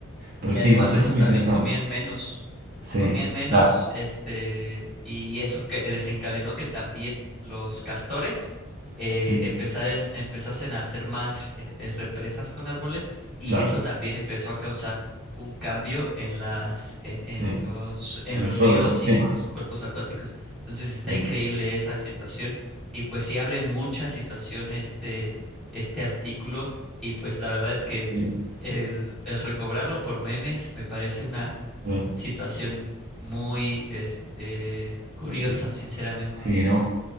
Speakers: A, on the right; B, in the centre.
A: Pero
B: Y
A: sí,
B: además
A: va a ser
B: de eso
A: muy
B: también
A: interesante.
B: comían menos,
A: Sí,
B: comían menos,
A: claro,
B: este, y eso que desencadenó que también los castores eh,
A: sí,
B: empezaren- empezasen a hacer más eh, eh, represas con árboles, y
A: claro,
B: eso también empezó a causar un cambio en las, e- en
A: sí,
B: los, en
A: en
B: los
A: todo
B: ríos
A: el ecosistema.
B: y en los cuerpos acuáticos. Entonces está
A: Sí,
B: increíble esa situación, y pues sí abre mucha situación este, este artículo, y pues la verdad es que
A: sí,
B: el, el recobrarlo por memes me parece una
A: sí,
B: situación muy, este, curiosa,
A: sí,
B: sinceramente.
A: sí, ¿no?